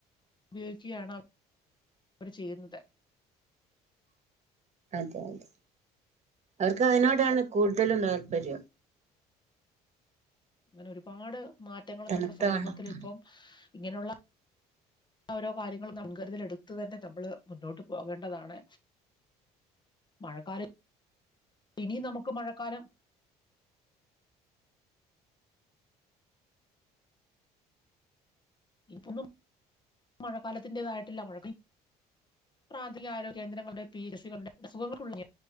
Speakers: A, on the left; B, on the right.
A: ഉപയോഗിക്കുകയാണ് അവര് ചെയ്യുന്നത്
B: അതെ അതെ അവർക്ക് അതിനോടാണ് കൂടുതലും താത്പര്യം
A: അങ്ങനെ ഒരുപാട് മാറ്റങ്ങള്
B: തണുത്ത
A: നമ്മുടെ സമൂഹത്തിലിപ്പം
B: വെള്ളത്തോ
A: ഇങ്ങനെയുള്ള ഓരോ കാര്യങ്ങളും നൻകരുതലെടുത്തു തന്നെ നമ്മള് മുന്നോട്ട് പോകേണ്ടതാണ് മഴക്കാല ഇനി നമുക്ക് മഴക്കാലം ഇപ്പൊന്നും മഴക്കാലത്തിൻറതായിട്ടില്ല മഴ പ്രാഥിക ആരോഗ്യ കേന്ദ്രങ്ങളുടെ പി എസ് സികളുടെ അസുഖങ്ങൾക്കുളഞ്ഞ